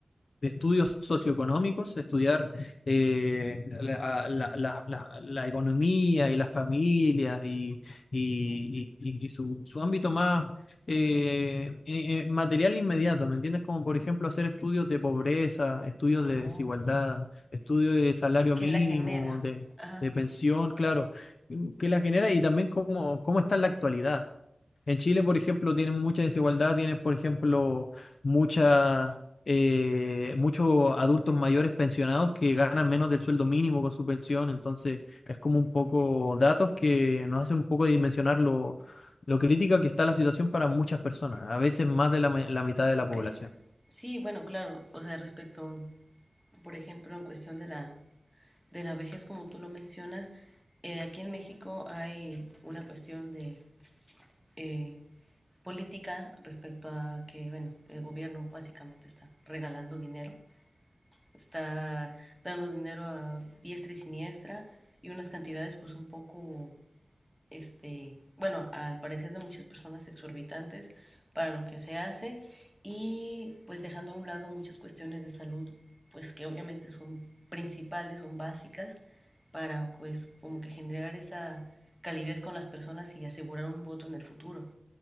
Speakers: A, on the left; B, in the centre.
A: de estudios socioeconómicos, estudiar eh, la, la- la- la- la economía y las familias y, y- y- y- y su, su ámbito más eh,
B: Ok.
A: eh, eh, material inmediato, ¿me entiendes? Como por ejemplo hacer estudios de pobreza, estudios de
B: Oh.
A: desigualdad, estudios de salario
B: ¿Qué
A: mínimo,
B: la genera?
A: de,
B: Ajá.
A: de pensión, claro, que la genera y también cómo, cómo está en la actualidad. En Chile, por ejemplo, tienen mucha desigualdad, tienes, por ejemplo, muchas eh, muchos adultos mayores pensionados que ganan menos del sueldo mínimo con su pensión, entonces es como un poco datos que nos hacen un poco dimensionar lo, lo crítica que está la situación para muchas personas, a veces más de la, me- la mitad de
B: Ok.
A: la población.
B: Sí, bueno, claro. O sea, respecto, por ejemplo, en cuestión de la, de la vejez, como tú lo mencionas, eh, aquí en México hay una cuestión de eh, política respecto a que, bueno, el gobierno básicamente está regalando dinero está dando dinero a diestra y siniestra y unas cantidades pues un poco, este, bueno, al parecer de muchas personas exorbitantes para lo que se hace y pues dejando a un lado muchas cuestiones de salud pues que obviamente son principales, son básicas para pues como que generar esa calidez con las personas y asegurar un voto en el futuro.